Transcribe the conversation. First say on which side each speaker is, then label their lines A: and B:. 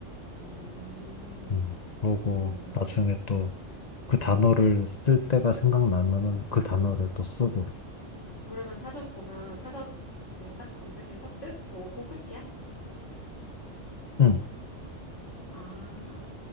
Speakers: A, on the left; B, on the left.
A: 음,
B: 음, 그러고
A: 음.
B: 나중에 또 그 단어를 쓸 때가 생각나면은 그 단어를 또 쓰고.
A: 그러면 사전 보면 사전 그 딱 검색해서 뜻 보고 끝이야?
B: 응,
A: 아,